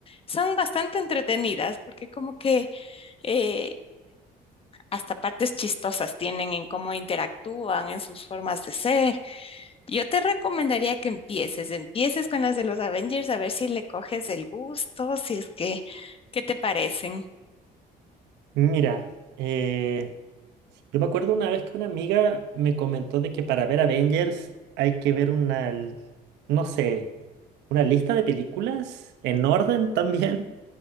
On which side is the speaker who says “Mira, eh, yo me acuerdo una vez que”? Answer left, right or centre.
Right